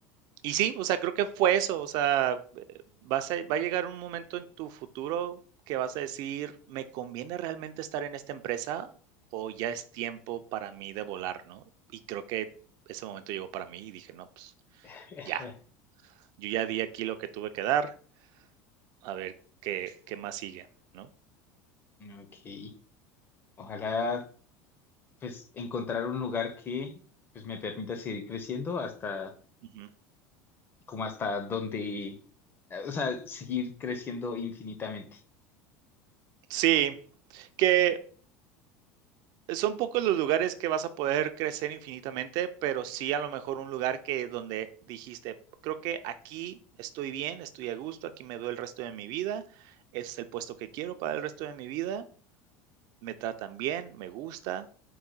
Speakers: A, on the right; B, on the left.
A: Y sí, o sea, creo que fue eso, o sea, eh, vas a va a llegar un momento en tu futuro que vas a decir, ¿me conviene realmente estar en esta empresa o ya es tiempo para mí de volar, no? Y creo que ese momento llegó para mí y dije, no, pues
B: <laughs>
A: ya, yo ya di aquí lo que tuve que dar, a ver qué, qué más sigue, ¿no?
B: ok. Ojalá pues encontrar un lugar que pues me permita seguir creciendo hasta
A: Ujú.
B: como hasta donde, o sea, seguir creciendo infinitamente.
A: Sí, que Son pocos los lugares que vas a poder crecer infinitamente, pero sí a lo mejor un lugar que donde dijiste, creo que aquí estoy bien, estoy a gusto, aquí me veo el resto de mi vida, ese es el puesto que quiero para el resto de mi vida, me tratan bien, me gusta,